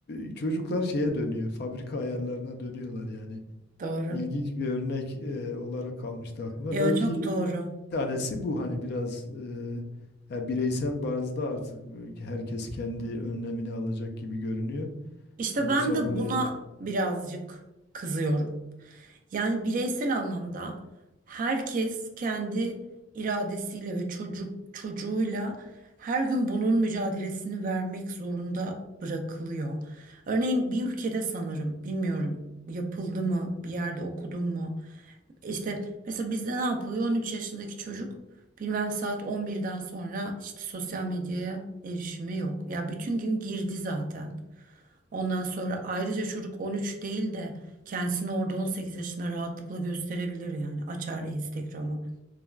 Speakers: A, on the left (about 55°); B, on the right (about 40°).
A: e, çocuklar şeye dönüyor. Fabrika ayarlarına dönüyorlar yani.
B: <laughs> Doğru.
A: İlginç bir örnek e, olarak kalmıştı aklımda.
B: Ya
A: Belki
B: çok doğru.
A: tanesi bu hani biraz e, ya bireysel bazda artık herkes kendi önlemini alacak gibi görünüyor.
B: İşte
A: Yoksa
B: ben de
A: böyle
B: buna birazcık kızıyorum. Yani bireysel anlamda herkes kendi iradesiyle ve çocuk çocuğuyla her gün bunun mücadelesini vermek zorunda bırakılıyor. Örneğin bir ülkede sanırım, bilmiyorum yapıldı mı, bir yerde okudum mu? İşte mesela bizde ne yapılıyor? on üç yaşındaki çocuk bilmem saat on birden sonra işte sosyal medyaya erişimi yok. Ya bütün gün girdi zaten. Ondan sonra ayrıca çocuk 13 değil de kendisini orada 18 yaşında rahatlıkla gösterebilir yani açar Instagram'ı.